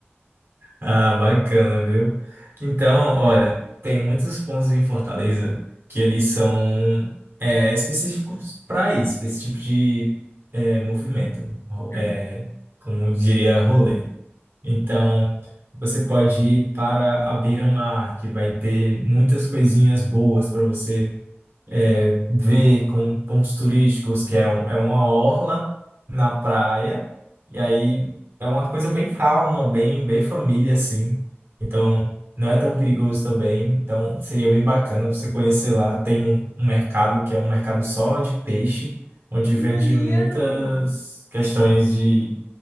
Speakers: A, on the right; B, on the left.
A: Ah, bacana, viu? Então, olha, tem muitos pontos em Fortaleza que eles são é, específicos para isso, para esse tipo de é, movimento, ro-
B: <clears throat>
A: é, como eu diria, rolê. Então, você pode ir para a beira-mar, que vai ter muitas coisinhas boas para você é, ver como pontos turísticos, que é, um, é uma orla na praia, e aí é uma coisa bem calma, bem, bem família, assim. Então, não é tão perigoso também. Então, seria bem bacana você conhecer lá. Tem um, um mercado que é um mercado só de peixe, onde vende
B: Uhum. Maneiro!
A: muitas questões de.